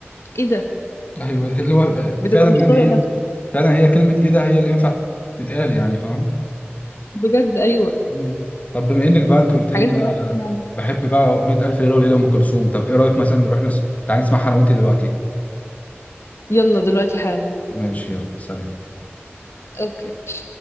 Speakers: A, on the left; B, on the left.
A: ايه ده
B: ايوه اللي هو
A: بتبقى
B: فعلا
A: مش
B: يعني
A: طايق
B: هي
A: نفسك
B: فعلا هي كلمه ايه ده هي اللي ينفع تتقال يعني فاهم
A: بجد ايوه
B: مم. طب بما انك بقى انت قلت
A: حاجات
B: لي ان
A: ملهاش أي
B: انا
A: معنى
B: بحب بقى اغنيه الف ليله وليله لام كلثوم طب ايه رايك مثلا نروح نس... تعالى نسمعها انا وانت دلوقتي
A: يلا دلوقتي حالا
B: ماشي يلا سلام
A: اوكي